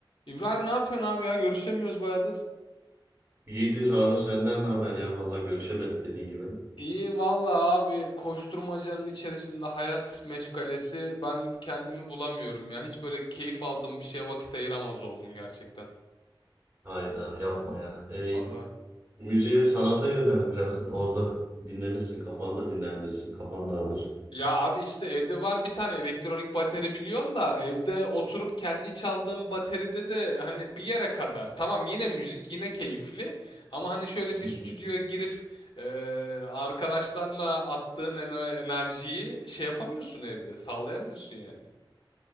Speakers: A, on the left (about 70°); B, on the right (about 30°).
A: İbrahim ne yapıyorsun abi ya? Görüşemiyoruz bayağıdır.
B: İyidir Harun senden ne haber ya? Vallahi görüşemedik dediğin gibi.
A: İyi valla abi koşturmacanın içerisinde hayat meşgalesi ben kendimi bulamıyorum ya. Hiç böyle keyif aldığım bir şeye vakit ayıramaz oldum gerçekten.
B: Hayda yapma ya. E,
A: Valla.
B: müziğe, sanata yönel biraz. Orada dinlenirsin, kafanı da dinlendirirsin, kafan dağılır.
A: Ya abi işte evde var bir tane elektronik bateri biliyorsun da evde oturup kendi çaldığım bateride de hani bir yere kadar. Tamam yine müzik yine keyifli ama hani şöyle bir
B: Hı
A: stüdyoya
B: hı.
A: girip e, arkadaşlarla attığın ene- enerjiyi şey yapamıyorsun evde sağlayamıyorsun yani.